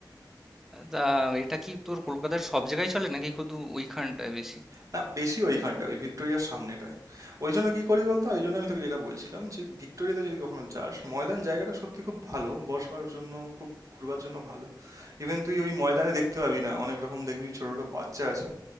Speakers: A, in the centre; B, on the right.
A: তা এটা কি তোর কলকাতার সব জায়গায় চলে নাকি শুধু ওইখানটায় বেশি
B: না বেশি ওইখানটা ওই ভিক্টোরিয়ার সামনেটায় ওই জন্য কি করি বলতো ওই জন্য আমি তোকে যেটা বলছিলাম যে ভিক্টোরিয়াতে যদি কখনো যাস ময়দান জায়গাটা সত্যি খুব ভালো বসবার জন্য খুব ঘুরবার জন্য ভালো ইভেন তুই ওই ময়দানে দেখতে পাবি না অনেক রকম দেখবি ছোট ছোট বাচ্চা আছে